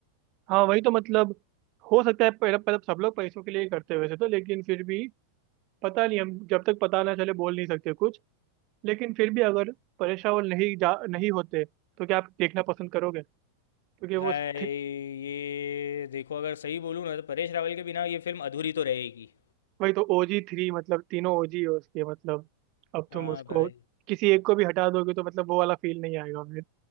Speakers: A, on the right; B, on the left.
A: हाँ वही तो मतलब हो सकता है पहले मतलब सब लोग पैसों के लिए ही करते हैं वैसे तो लेकिन फिर भी पता नहीं हम जब तक पता ना चले बोल नहीं सकते कुछ लेकिन फिर भी अगर परेश रावल नहीं जा नहीं होते तो क्या आप देखना पसंद करोगे क्योंकि वो
B: भाई
A: स्थि-
B: ये देखो अगर सही बोलूँ ना तो परेश रावल के बिना ये फिल्म अधूरी तो रहेगी
A: वही तो ओजी थ्री मतलब तीनों ओजी है उसके मतलब अब
B: हाँ
A: तुम उसको
B: भाई
A: किसी एक को भी हटा दोगे तो मतलब वो वाला फील नहीं आएगा फिर